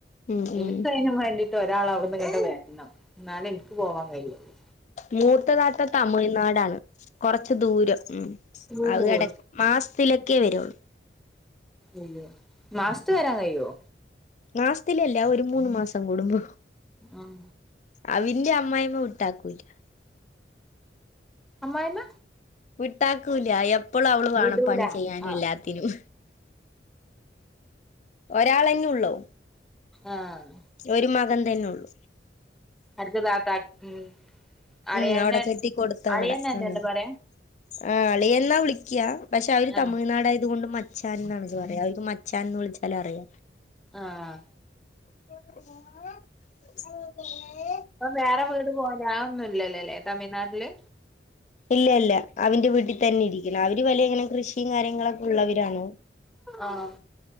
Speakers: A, on the left; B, in the centre.
A: ഉം ഉം
B: ഇൻക്കയ്നും വേണ്ടിട്ട് ഒരാൾ അവ്ട്ന്ന് ഇങ്ങട്ട് വരണം ന്നാലെ ഇന്ക്ക് പോവാൻ കയ്യൊള്ളു
A: മൂത്തതാത്ത തമിഴ്നാടാണ് കൊറച്ച് ദൂരം ഉം
B: ഉം
A: അഹ് എട മാസ്ത്തിലൊക്കെ വരുള്ളു
B: അയ്യോ മാസ്ത്ത് വരാൻ കയ്യോ
A: മാസത്തിലല്ല ഒരു മൂന്ന് മാസം കൂടുമ്പോ
B: ആഹ്
A: അവിന്റെ അമ്മായിമ്മ വിട്ടാക്കുല
B: അമ്മായ്മ
A: വിട്ടാക്കൂല്ല എപ്പളും അവള് വാണം
B: വിടൂല
A: പണി ചെയ്യാനും
B: ആഹ്
A: എല്ലാത്തിനും ഒരാളെന്നുള്ളു.
B: ആഹ്
A: ഒരാ മകൻ തന്നുള്ളു
B: അട്ത്ത താത്ത ഉം അളിയനെ
A: ഉം അവടെ കെട്ടി കൊട്ത്ത
B: അളിയനെന്നല്ലേ
A: അവടെ ഉം
B: പറയാ
A: ആഹ് അളിയൻന്ന വിളിക്ക പക്ഷെ അവര്
B: ആഹ്
A: തമിഴ്നാട് ആയത് കൊണ്ട് മറ്റെ മച്ചാൻ ന്നാണ് പറയ അവർക്ക് മച്ചാൻന്ന് വുളിച്ചാല അറിയ.
B: ആഹ്
A: <inaudible>
B: ഇപ്പം വേറെ വീട് പോല ആഹ് ഒന്നുല്ലലലെ തമിഴ്നാട്ല്.
A: ഇല്ല ഇല്ല അവന്റെ വീട്ടി തന്നെ ഇരിക്കണം. അവര് വല്യ ഇങ്ങനെ കൃഷിയും കാര്യങ്ങളൊക്ക ഉള്ളവരാണ്.
B: ആഹ്